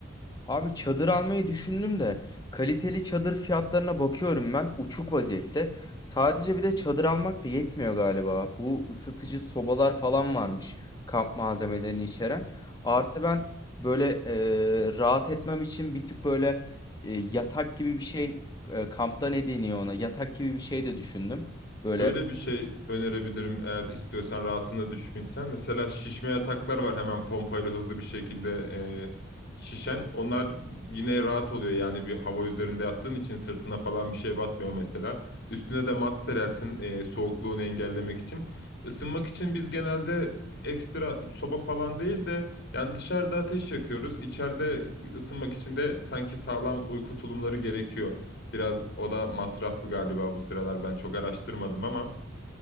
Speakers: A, on the left; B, on the left.
A: Abi çadır almayı düşündüm de kaliteli çadır fiyatlarına bakıyorum ben uçuk vaziyette. Sadece bir de çadır almak da yetmiyor galiba. Bu ısıtıcı sobalar falan varmış kamp malzemelerini içeren. Artı ben böyle e, rahat etmem için bir tık böyle e, yatak gibi bir şey e, kampta ne deniyor ona yatak gibi bir şey de düşündüm. Böyle
B: Şöyle bir şey önerebilirim eğer istiyorsan rahatına düşkünsen. Mesela şişme yataklar var hemen pompayla hızlı bir şekilde e, şişen. Onlar yine rahat oluyor yani bir hava üzerinde yattığın için sırtına falan bir şey batmıyor mesela. Üstüne de mat serersin e, soğukluğunu engellemek için. Isınmak için biz genelde ekstra soba falan değil de yani dışarıda ateş yakıyoruz. İçeride ısınmak için de sanki sağlam uyku tulumları gerekiyor. Biraz o da masraflı galiba bu sıralar. Ben çok araştırmadım ama.